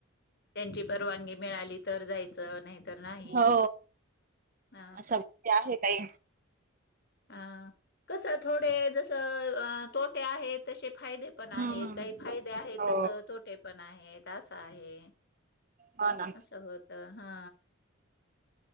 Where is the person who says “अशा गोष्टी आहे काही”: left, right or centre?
Right